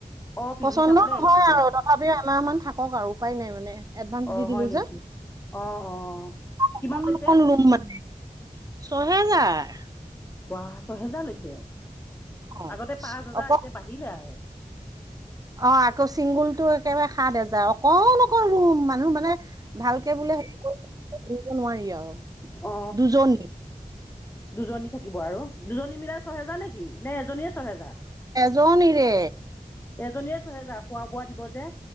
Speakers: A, on the left; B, on the right.
A: অ। পি
B: পচন্দ
A: জি চাবলৈ আহিছিলে
B: নহয় আৰু তথাপিও এমাহমান থাকক আৰু উপায় নাই মানে এডভান্স
A: অ
B: দি
A: হয়
B: দিলো
A: নেকি
B: যে।
A: অ, অ। কিমান
B: অকণ
A: লৈছে?
B: অকণ লুম মানে ছহেজাৰ।
A: পোৱা ছহেজাৰ লৈছে!
B: অ
A: আগতে পাঁচ হেজাৰ
B: অক
A: এতিয়া বাঢ়িলে আৰু।
B: অ আকৌ চিংগুলটো একেবাৰে সাত হাজাৰ। অকণ অকণ ৰুম মানে। মানুহ মানে ভালকে বোলে হেৰিব নোৱাৰি আও।
A: অ
B: দুজনী।
A: দুজনী থাকিব আৰু দুজনী মিলাই ছহেজাৰ নেকি? নে এজনীয়ে ছহেজাৰ?
B: জনীৰে
A: এজনীয়ে ছহেজাৰ। খোৱা বোৱা দিব যে।